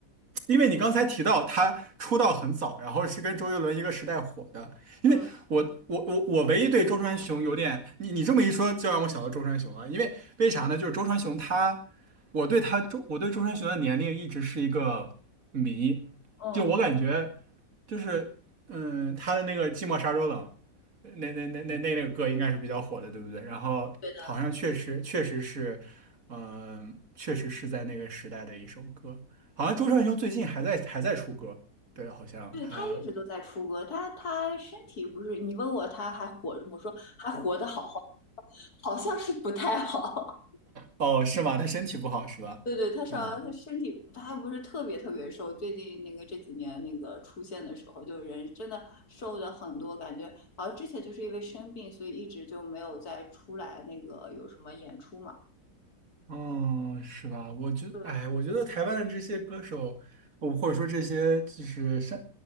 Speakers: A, on the right; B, on the left.
A: 因为你刚才提到他出道很早，然后是跟周杰伦一个时代火的。因为我我我我唯一对周传雄有点，
B: 嗯
A: 你你这么一说，就让我想到周传雄了。因为为啥呢？就是周传雄他，我对他周我对周传雄的年龄一直是一个谜，
B: 嗯，
A: 就我感觉就是嗯，他的那个《寂寞沙洲冷》那那那那那那个歌应该是比较火的，对不对？然后好像确实确实是，
B: 对的，
A: 嗯、确实是在那个时代的一首歌。好像周传雄最近还在还在出歌，对，好像他，
B: 对他一直都在出歌，他他身体不是，你问我他还活着吗？我说还活得好好，好像是不太好，
A: 哦，是吗？他身体不好是吧？
B: 对对，他是好他身体他还不是特别特别瘦，
A: 嗯，
B: 最近那个这几年那个出现的时候，就人真的瘦的很多，感觉好像之前就是因为生病，所以一直就没有再出来那个有什么演出嘛。
A: 嗯，是吧？我觉哎，
B: 对，
A: 我觉得台湾的这些歌手，我或者说这些就是上